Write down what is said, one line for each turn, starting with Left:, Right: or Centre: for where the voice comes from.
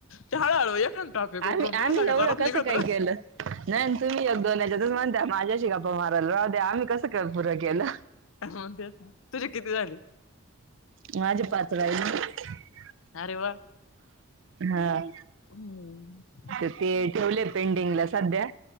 Left: ते हळूहळू एखादा टॉपिक
Right: आम्ही
Left: उकरून काढला
Right: आम्ही
Left: क
Right: एवढं
Left: जोरात
Right: कसं
Left: निघतो.
Right: काय <unintelligible> नाही तुम्ही य दोनच्या त म्हणताय माझ्याशी गप्पा मारायला राह दे आम्ही कसं पूरं केलं
Left: हो ते तुझी किती झाले?
Right: माझे पाच राहिले.
Left: अरे वा!
Right: हा.
Left: हम्म <unintelligible>
Right: तर ते ठेवले पेंडिंगला सध्या.